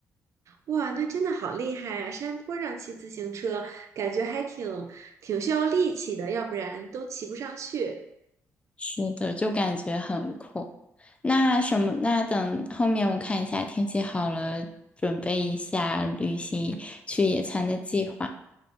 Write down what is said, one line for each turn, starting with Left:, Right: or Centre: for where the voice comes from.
Right: 哇，那真的好厉害啊！山坡上骑自行车，感觉还挺挺需要力气的，要不然都骑不上去。
Left: 是的，就感觉很酷。那什么，那等后面我看一下天气好了，准备一下旅行去野餐的计划。